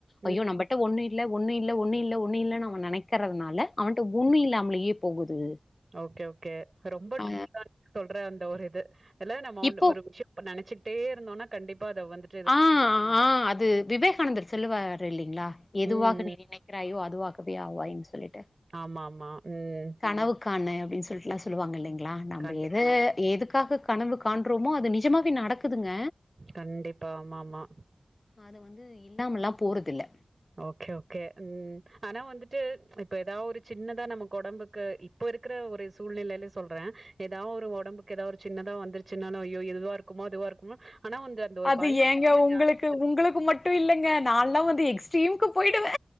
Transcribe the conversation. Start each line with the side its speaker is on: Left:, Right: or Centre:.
Right: ம்
Left: ஐயோ நம்பட்ட ஒன்னு இல்ல ஒன்னு இல்ல ஒன்னு இல்ல ஒன்னு இல்ல நாம நெனைக்கறதனால அவன்ட்ட ஒன்னு இல்லாமலியே போகுது
Right: ஓகே ஓகே ரொம்ப
Left: ஆ
Right: டிர்ல்லா இருக்கு சொல்ற அந்த ஒரு இது இல்ல நம்ம ஒன்னு
Left: இப்போ
Right: ஒரு விஷ்யோ இப்ப நெனச்சிகிட்டே இருந்தோனா கண்டிப்பா அத வந்து
Left: ஆ ஆ அது விவேகானந்தர் சொல்லுவார் இல்லிங்களா எதுவாக
Right: ம், ம்.
Left: நீ நினை கிறாயோ அதுவாக்கவே ஆவாயின் சொல்லிட்டு
Right: ஆமா ஆமா ம்
Left: கனவுக்கானு அப்டின் சொல்லிட்டுலா சொல்லுவாங்க இல்லிங்களா நம்ம
Right: கண்டிப்பா.
Left: எது எதுக்காக கனவு காண்றோமோ அது நிஜமாவ நடக்குதுங்க
Right: கண்டிப்பா ஆமா ஆமா
Left: அது வந்து இல்லாமல்லாம் போறதில்லை
Right: ஓகே ஓகே ம் ஆனா வந்துட்டு இப்ப ஏதாவ ஒரு சின்னதா நமக்கு உடம்புக்கு இப்போ இருக்கிற ஒரு சூழ்நிலையிலே சொல்றேன் ஏதாவது ஒரு உடம்புக்கு ஏதாவது ஒரு சின்னதா வந்துருச்சுன்னா அய்யயோ இதுவா இருக்குமோ அதுவா இருக்குமோ ஆனா அந்த ஒரு
Left: அது
Right: பயம்
Left: ஏங்க
Right: வந்து
Left: உங்களுக்கு
Right: ஜாஸ்தியா இருக்கு.
Left: உங்களுக்கு மட்டும் இல்லங்க நான்ல்லாம் வந்து எக்ஸ்ட்ரீம்கு போயிடுவே